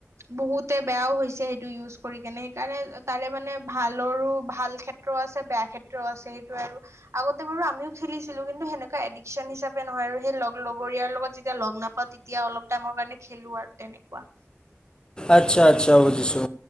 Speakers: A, on the right; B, on the left.
A: বহুতে বেয়াও হৈছে সেইটো ইউজ কৰি কেনে সেইকাৰণে তাৰে মানে ভালৰো ভাল ক্ষেত্ৰও আছে বেয়া ক্ষেত্ৰও আছে সেইটোৱে আৰু আগতে বাৰু আমিও খেলিছিলো কিন্তু সেনেকুৱা এডিকশ্ন হিচাপে নহয় আৰু সেই লগৰীয়াৰ লগত যেতিয়া লগ নাপাওঁ তে তিয়া অলপ টাইমৰ কাৰণে খেলো আৰু তেনেকুৱা
B: আচ্ছা আচ্ছা বুজিছো